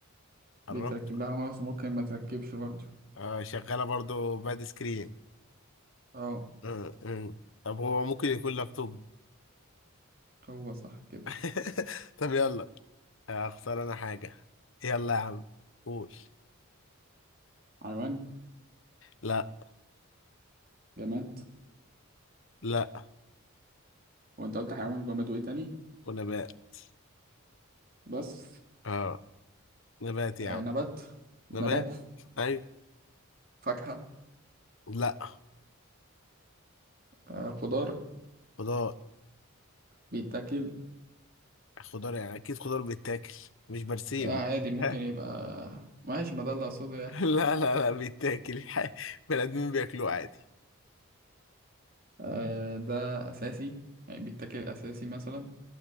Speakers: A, on the left (about 60°); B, on the right (about 40°).
A: قربت
B: بيتركب لها ماوس وممكن ما تركبش برضه
A: آه، شغالة برضو باد سكرين
B: اه
A: آه، آه. طب هو ممكن يكون لابتوب
B: هو صح كده
A: <laughs> طب يلا اختار انا حاجة يلا يا عم قول
B: حيوان
A: لا
B: جماد
A: لا
B: وانت قلت حيوان وجماد وايه تاني
A: ونبات
B: بس
A: اه نبات يا
B: آه
A: عم
B: نبات
A: نبات
B: نبات
A: ايوه
B: فاكهة
A: لا
B: آه خضار
A: خضار
B: بيتاكل
A: خضار يعني اكيد خضار بيتاكل مش برسيم
B: لا عادي
A: <laughs>
B: ممكن يبقى ماشي ما ده اللي اقصده يعني
A: لا لا لا بيتاكل <laughs> ح- بني ادمين بياكلوه عادي
B: آه ده اساسي يعني بيتاكل اساسي مثلا